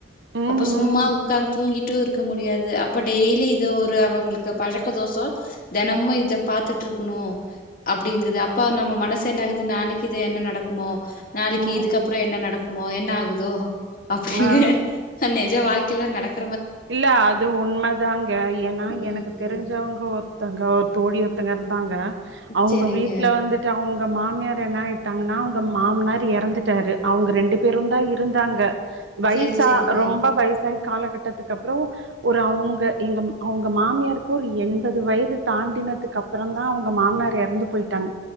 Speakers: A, on the right; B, on the left.
A: ம் ம்
B: அப்ப சும்மா உக்காந் தூங்கிட்டு மட்டு இருக்க முடியாது அப்பா டெய்லி இது ஒரு அவங்களுக்கு பழக்க தோசோ தெனமு இத பாத்துட்டுருக் க்கணு அப்டிங்குது அப்பா நம்ம மனசு என்ன ஆகுது நாளைக்கு இது என்ன நடக்குமோ ஆ நாளைக்கு
A: ம்
B: இதுக்கப்புறோ என்ன நடக் மோ என்ன ஆகுதோ அப்டீன்னு
A: ஆ
B: நெஜ வாழ்க்கில நடக்
A: இல்ல அது உண்மதாங்க ஏன்னா
B: ம்
A: எனக்கு தெரிஞ்சவங்க
B: ம்
A: ஒர்த்தங்க ஒரு தோழி ஒர்த்தங்க இருந்தாங்க அவுங்க
B: சரிங்க
A: வீட்ல வந்துட்டு அவுங்க மாமியார் என்ன ஆய்ட்டாங்கன்னா அவுங்க மாமனார் எறந்துட்டரு அவுங்க ரெண்டு பேரு தா இருந்தாங்க வய்சா
B: சரி சரிங்க
A: ரொம்ப வய்சாய் காலகட் டத்துக்கு அப்புறோ ஒரு அவுங்க எங்க அவுங்க மாமியருக்கு ஒரு எண்பது வயது தாண்டினதுக்கு அப்புறோ தா அவுங்க மாமனார் எறந்து போய்ட்டாங்